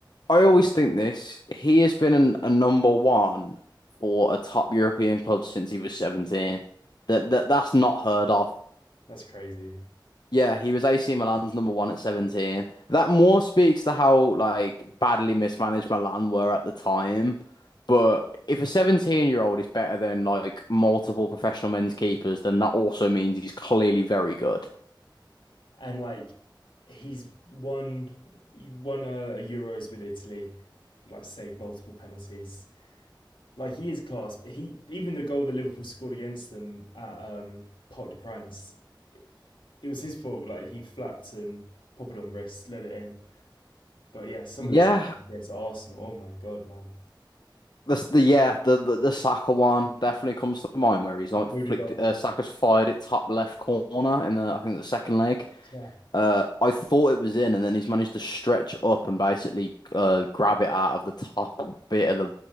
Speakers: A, on the left (about 60°); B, on the left (about 85°).
A: I always think this, he has been an, a number one for a top European club since he was 17. That, that that's not heard of.
B: That's crazy.
A: Yeah, he was AC Milan's number one at 17. That more speaks to how like badly mismanaged Milan were at the time. But if a 17 year old is better than like multiple professional men's keepers, then that also means he's clearly very good.
B: And like, he's won he won a, a Euros with Italy, like saved multiple penalties, like he is class. he even the goal that Liverpool scored against them at um, Parc de Prance, it, it was his fault. Like he flapped and popped it on wrist, let it in. But yeah, some
A: Yeah,
B: of this against Arsenal. Oh my god, man!
A: the the yeah the, the the Saka one definitely comes to mind where he's like
B: Odegaard
A: flicked uh,
B: one.
A: Saka's fired it top left corner in the I think the second leg.
B: Yeah,
A: Uh, I thought it was in, and then he's managed to stretch up and basically uh grab it out of the top bit of the